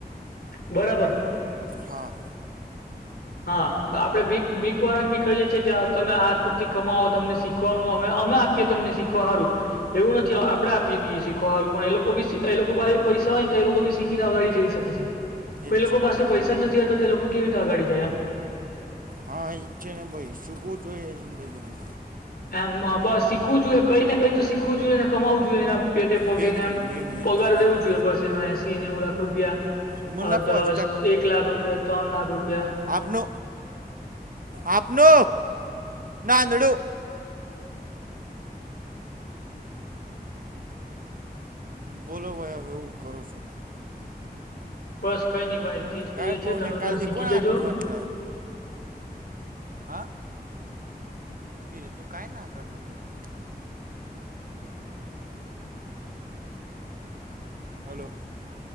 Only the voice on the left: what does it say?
બરાબર
હા આપડે ભી ભીક વારન બી કહીએ કે તમે હાથ પગથી કમાવો તમને શીખ શીખવાનું અમે અમે આપીએ તમને શીખવાારું એવું નથી આપડણે આપી દઈએ શીખવાળું પણ એ લોકો બી એ લોકો પાસે પૈસા હોય ને તો એ લોકો બી શીખીનેગા જઈ શકે છે તો
એ લોકો
પાસે
પૈસા જ નથી આવતા તો એ લોકો કેવી રીતે આગાડી જાય એમ
એમ બસ શીખવું જોઈએ કઈને કઈ તો શીખવું જોઈએ ને કમાવું જોએ એને પેટે પગી
ને એમ
પગાર
રવું
જોએ બસ એનો એસી ને એવું લાખ રૂપિયા
અ દસ
એક લાખ રૂપિયા ત્રણ લાખ રૂપિયા
બસ કઈ નઈ ભાઈ જે જ કહીએ
છે
તમે
પણ શીખી
જજો